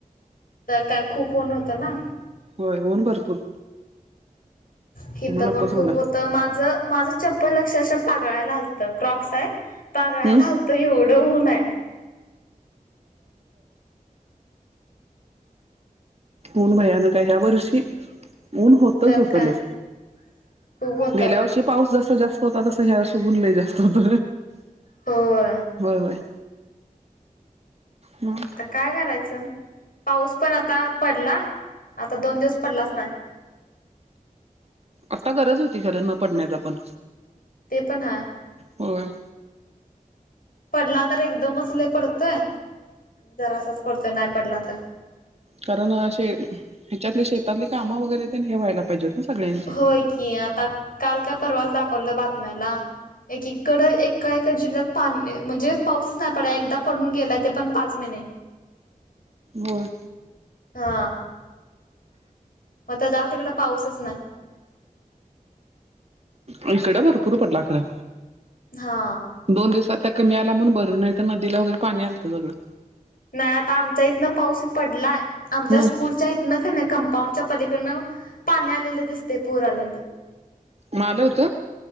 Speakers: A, on the left; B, on the right.
A: तर काय खूप ऊन होतं ना
B: होय ऊन भरपूर
A: हिथ
B: मग नकोच
A: पण खूप
B: म्हणला
A: होत माझ माझं चप्पल अक्षरशः पागळायला आल तर क्रॉक्स आहेत. पगळायला
B: हम्म
A: आलतं एवढं ऊन हाय.
B: ऊन भयानक हाय ह्या वर्षी ऊन होत तिथंच
A: तर
B: होत
A: काय
B: लय,
A: खूप होतं.
B: गेल्या वर्षी पाऊस जसा जास्त होता तसा ह्या वर्ष ऊन लय जास्त होत.
A: होय
B: होय होय. म
A: आता काय करायचं पाऊस पण आता पडला आता दोन दिवस पडलाच नाय
B: आता गरज होती खरं न पडण्याचा पण
A: ते पण हाय.
B: होय.
A: पडला तर एकदमच लय पडतोय आन जरासाच पडतोय नाय पडला तर
B: कारण असे ह्याच्यातले शेतातली कामं वगैरे तेनं हे व्हायला पाहिजेत ना सगळ्यांचे
A: होय की, आता काल का परवाच दाखवलं बातम्याला एक की कड एक काय काय जिल्ह्यात पाणी ल म्हणजे पाऊसच नाय पडाय एकदा पडून गेलाय ते पण पाच महिने
B: होय.
A: हा आता जाव तिकड पाऊसच नाय.
B: हीकड भरपूर पडला खर
A: हा
B: दोन दिवसात त्या कमी आला म्हणून बरं नाय त नदीला वगैरे पाणी आलतं सगळं
A: नाय आता आमच्या इथन पाऊस पडलाय आमच्या
B: हम्
A: स्कूल- च्या इथनं कन कंपाऊंडच्या पलीकडनं पाणी आलेलं दिसतय पूर आलेलं.
B: म आला होत